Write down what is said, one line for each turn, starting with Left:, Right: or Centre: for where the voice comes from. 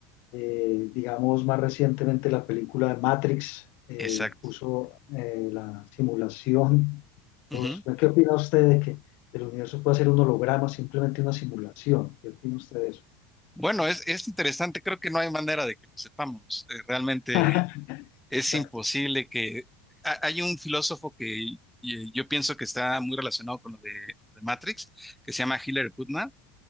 Left: eh, digamos más recientemente la película de Matrix eh,
Centre: Exacto.
Left: puso eh, la simulación. Entonces,
Centre: Ujú.
Left: pues, ¿qué opina usted de que el universo puede ser un holograma, simplemente una simulación? ¿Qué opina usted de eso?
Centre: Bueno, es, es interesante, creo que no hay manera de que lo sepamos. Eh, realmente
Left: <laughs>
Centre: es imposible
Left: Exacto.
Centre: que... ha- Hay un filósofo que y- eh, yo pienso que está muy relacionado con lo de, de Matrix, que se llama Hillary Putnam,